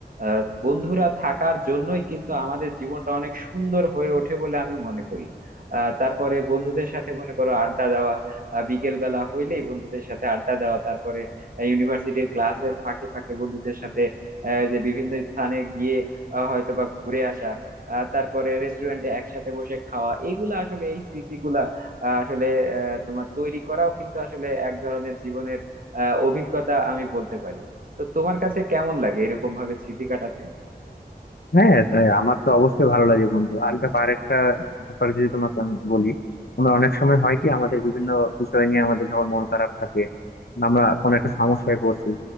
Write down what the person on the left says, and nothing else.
হ্যাঁ তাই আমার তো অবশ্যই ভালো লাগে বন্ধু আর ব্যাপার একটা ব্যাপার যদি তোমাকে আমি বলি আমরা অনেক সময় হয় কি আমাদের বিভিন্ন বিষয় নিয়ে আমাদের যখন মন খারাপ থাকে আমরা কোনো একটা সমস্যায় পড়ছি